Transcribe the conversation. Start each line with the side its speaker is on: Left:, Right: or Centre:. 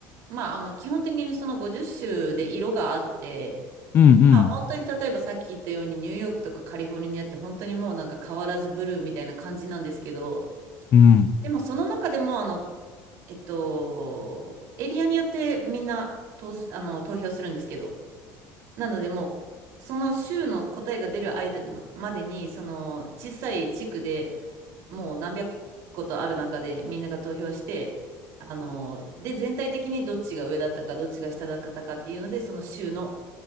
Right: まあ、あの、基本的にその50州で色があって、
Left: うん
Right: まあ、本当に例えばさっき言ったようにニューヨークとかカリフォルニアって本当にもうなんか変わらずブルーみたいな感じなんですけど、
Left: うん。うん。
Right: でもその中でもあの、えっと、エリアによってみんな投す、あの、投票するんですけど、なのでもうその州の答えが出る間までにその小さい地区でもう何百個とある中でみんなが投票してあので全体的にどっちが上だったかどっちが下だったかっていうのでその州の